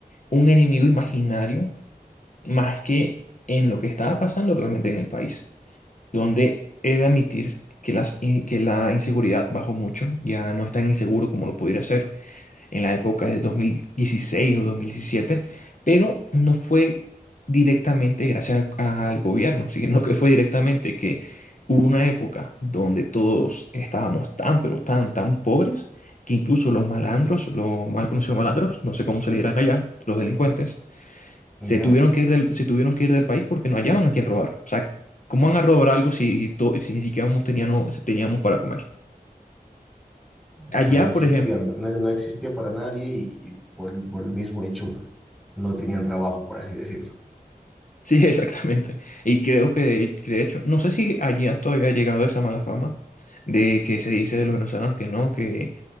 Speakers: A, on the left; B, in the centre.
A: un enemigo imaginario, más que en lo que estaba pasando realmente en el país, donde he de admitir que, las, in- que la inseguridad bajó mucho, ya no es tan inseguro como lo pudiera ser en la época de 2016 o dos mil diecisiete pero no fue directamente gracias a- al gobierno, <laughs> sino que fue directamente que hubo una época donde todos estábamos tan, pero tan, tan pobres, que incluso los malandros, los mal conocidos malandros, no sé cómo se le dirán allá, los delincuentes,
B: Ya,
A: se tuvieron que ir del, se tuvieron que ir del país porque no hallaban a quién robar. O sea, ¿cómo van a robar algo si, si to- si ni siquiera teníamos, teníamos para comer?
B: o
A: Allá,
B: sea, no existían,
A: por ejemplo,
B: no, no existía para nadie y, y por, por el mismo hecho no tenían trabajo, por así decirlo.
A: Sí, <laughs> exactamente. Y creo que, que de hecho, no sé si allí todavía ha llegado esa mala fama de que se dice de los venezolanos que no, que,